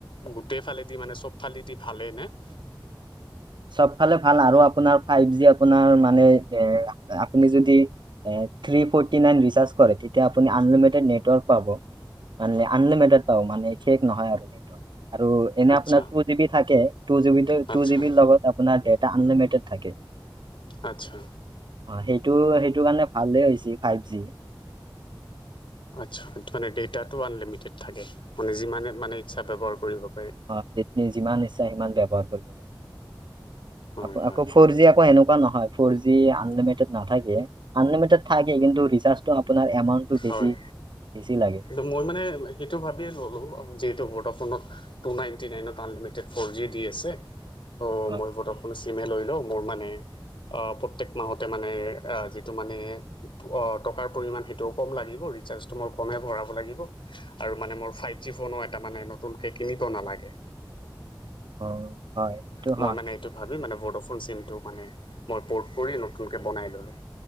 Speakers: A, on the left; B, on the right.
A: গোটেই ফালেদি মানে চব ফালেদি ভালেই নে? <inaudible>
B: চবফালে ভাল আৰু আপোনাৰ ফাইভ জি আপোনাৰ মানে এ, আপুনি যদি এ থ্ৰী ফৰটি নাইন ৰিচাৰ্জ কৰে, তেতিয়া আপুনি আনলিমিটেড নেটৱৰ্ক পাব। মানে আনলিমিটেট পাব। <unintelligible> নহয় আৰু, আৰু এনে
A: আচ্ছা
B: আপোনাৰ টু জি বি থাকে। Two G B,
A: আচ্ছা
B: two G বি ৰ লগত এটা আনলিমিটেড থাকে।
A: আচ্ছা।
B: অ', সেইটো, সেইটো কাৰণে ভালেই হৈছে ফাইভ জি।
A: আচ্ছা, তু মানে ডেটা টো আনলিমিটেড থাকে, মানে যিমান মানে ইচ্ছা ব্যৱহাৰ কৰিব পাৰি
B: অ', যি যিমান ইচ্ছা সিমান ব্যৱহাৰ কৰিব পাৰে।
A: হয়
B: আকৌ
A: হয়
B: আকৌ
A: হয়
B: ফৰ জি আকৌ এনেকুৱা নহয়, ফৰ জি আনলিমিটেড নাথাকে। আনলিমিটেড থাকে, কিন্তু ৰিচাৰ্ছ টো আপোনাৰ এমাউণ্টটো বেছি
A: হয়,
B: বেছি লাগে
A: কিন্তু মই মানে সেইটো ভাবিয়ে ল'লো যিহেতু ভোদা <unintelligible> টু নাইনটি নাইনত আনলিমিটেড ফ'ৰ জি দি আছে, তো
B: হয়
A: মই ভোডাফোন লৈ লও, মোৰ মানে অহ। প্ৰত্যেক মাহতে মানে যিটো মানে টকাৰ পৰিমাণ সেই কম লাগিব, ৰিচাৰ্ছ টো মই কমেই ভৰাব লাগিব আৰু মানে মোৰ ফাইভ জি ফোনো এটা নতুনকে কিনিব নালাগে।
B: হয়। এইটো
A: মই
B: হয়
A: মানে এইটো ভাবি মানে ভোডাফোন চিমটো মানে মই পৰ্ট কৰি নতুনকে বনাই ল'লো।